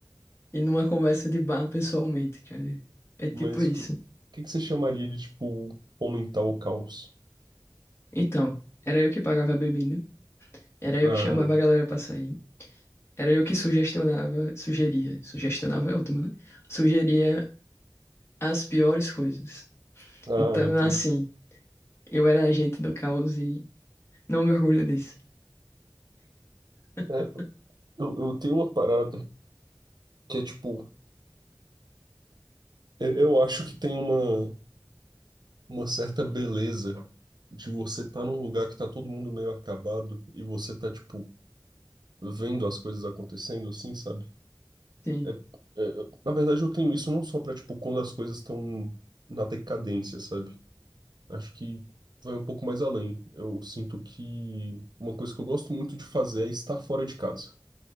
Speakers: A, on the left; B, on the right.
A: E numa conversa de bar pessoalmente, cara. É tipo
B: mas
A: isso.
B: o que, o que que você chamaria de, tipo, fomentar o caos?
A: Então, era eu que pagava a bebida, era eu
B: Ah,
A: que chamava a galera pra sair, era eu que sugestionava, sugeria, sugestionava é ótimo, né? Sugeria as piores coisas.
B: ah,
A: Então,
B: entendi.
A: assim, eu era agente do caos e não me orgulho disso. <laughs>
B: É, eu, eu tenho uma parada que é tipo, eu, eu acho que tem uma, uma certa beleza de você estar num lugar que tá todo mundo meio acabado e você tá, tipo, vendo as coisas acontecendo assim, sabe?
A: Sim,
B: É, é, na verdade, eu tenho isso não só pra, tipo, quando as coisas estão na decadência, sabe? Acho que vai um pouco mais além. Eu sinto que uma coisa que eu gosto muito de fazer é estar fora de casa.